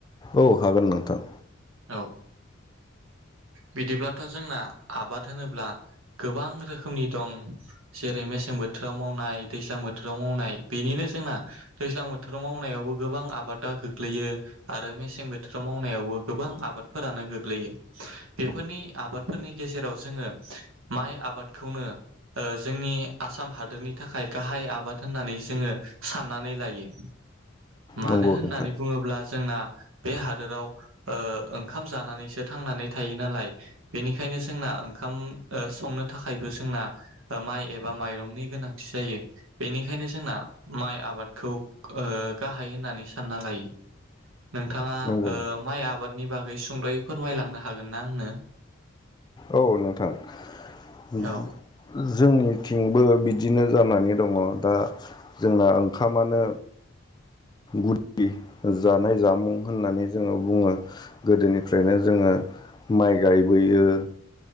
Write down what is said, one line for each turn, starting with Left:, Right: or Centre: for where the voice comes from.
Left: औ हागोन नोंथां।
Right: औ बिदिब्लाथ' जोंना आबाद होनोब्ला गोबां रोखोमनि दं जेरै मेसें बोथोराव मावनाय दैज्लां बोथोराव मावनाय बेनिनो जोंना दैज्लां बोथोराव मावनायावबो गोबां आबादा गोग्लैयो आरो मेसें बोथोराव मावनायावबो गोबां आबादफोरानो गोग्लैयो। बेफोरनि आबादफोरनि गेजेराव जोङो माइ आबादखौनो ओ जोंनि आसाम हादोरनि थाखाय गाहाय आबाद होननानै जोङो साननानै लायो। मानो
Left: नंगौ
Right: होननानै
Left: नोंथां
Right: बुङोब्ला जोंना बे हादोराव ओ ओंखाम जानानैसो थांनानै थायो नालाय बेनिखायनो जोंना ओंखाम ओ संनो थाखायबो जोंना माइ एबा माइरंनि गोनांथि जायो बेनिखायनो जोंना माइ आबादखौ ओ गाहाय होननानै सानना लायो। नोंथाङा
Left: नंगौ
Right: ओ
Left: नोंथां
Right: माइ आबादनि बागै सुंद'यै होलांनो हागोन ना आंनो?
Left: औ नोंथां <unintelligible>
Right: औ
Left: जोंनिथिंबो बिदिनो जानानै दङ दा जोंना खामानो गुद दि जाथ नाय जामुं होननानै जोङो बुङो गोदोनिफ्रायनो जोङो माइ गायबोयो